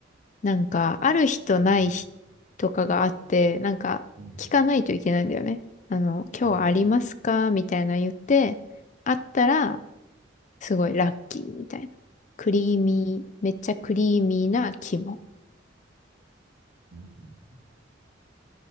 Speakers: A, on the left; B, on the right.
A: なんか、ある日とない日とかがあって、
B: ん。
A: なんか、
B: うん。
A: 聞かないといけないんだよね。あの、今日はありますかみたいな言って、
B: うん。
A: あったら、すごいラッキーみたいな。クリーミー、めっちゃクリーミーな肝。
B: うん。